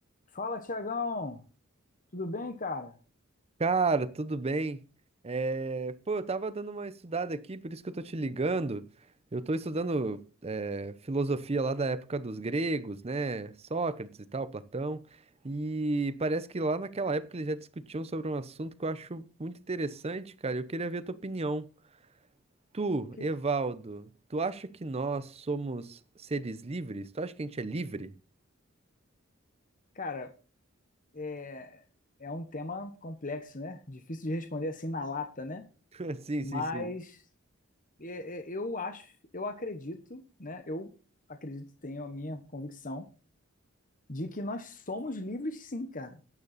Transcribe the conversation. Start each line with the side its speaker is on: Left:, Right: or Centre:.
Left: Fala, Tiagão! Tudo bem, cara?
Right: Cara, tudo bem? É, Pô, eu tava dando uma estudada aqui, por isso que eu tô te ligando. Eu tô estudando é, filosofia lá da época dos gregos, né? Sócrates e tal, Platão. E parece que lá naquela época eles já discutiam sobre um assunto que eu acho muito interessante, cara. Eu queria ver a tua opinião. Tu,
Left: Que
Right: Evaldo,
Left: que-
Right: tu acha que nós somos seres livres? Tu acha que a gente é livre?
Left: cara, é, é um tema complexo, né? Difícil de responder assim na lata, né?
Right: <laughs> Sim,
Left: Mas
Right: sim, sim.
Left: é, é, eu acho, eu acredito, né? Eu acredito, tenho a minha convicção de que nós somos livres, sim, cara.